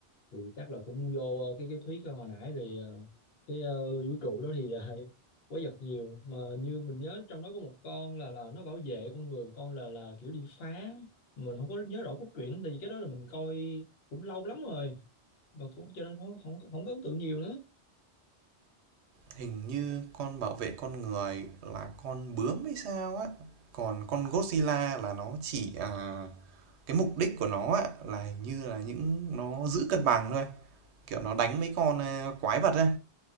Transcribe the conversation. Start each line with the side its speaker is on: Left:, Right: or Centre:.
Left: thì chắc là cũng vô ờ, cái cái thuyết hồi nãy rồi ờ, cái ờ, vũ trụ đó thì uh, quái vật nhiều mà như mình nhớ trong đó có một con là là nó bảo vệ con người một con là là kiểu đi phá mình không có nhớ rõ cốt truyện lắm tại vì cái đó là mình coi cũng lâu lắm rồi mà cũng cho nên không không, không có ấn tượng nhiều nữa
Right: hình như con bảo vệ con người là con bướm hay sao á còn con Godzilla là nó chỉ à, cái mục đích của nó á, là hình như là những nó giữ cân bằng thôi kiểu nó đánh mấy con à, quái vật ấy